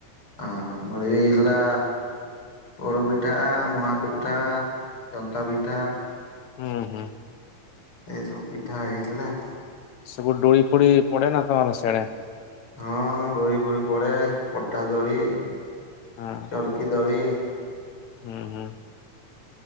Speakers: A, on the left; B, on the left.
A: ଆଁ ମୋର୍ ବି ଏଇ ଥିଲା ପୋଡ ପିଠା, ମୂଆଁ ପିଠା, ଜନ୍ତା ପିଠା।
B: ହୁଁ ହୁଁ।
A: ଏ ସବୁ ପିଠା ହେଇଥିଲା।
B: ସବୁ ଡୋଳି ଫୋଡି ପଡେ ନା ତମର ସେଣେ?
A: ହଁ ଦୋଳି ଫୋଳୀ ପଡେ ପଟା ଦୋଳି।
B: ହଁ।
A: ତଡ଼କି ଦୋଳି।
B: ହୁଁ ହୁଁ।